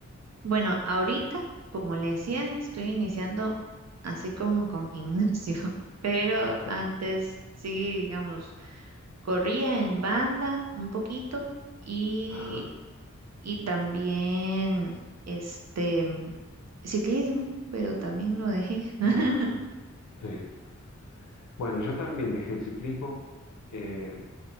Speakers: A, on the right; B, on the left.
A: bueno, ahorita, como le decía, estoy iniciando así como con gimnasio, <laughs> pero
B: Ah, Está
A: antes
B: bien.
A: sí, digamos, corría en banda un poquito. Y
B: Ajá.
A: y también este ciclismo, pero también lo dejé. <laughs>
B: Ah, <laughs> Bueno, yo también dejé el ciclismo. Eh,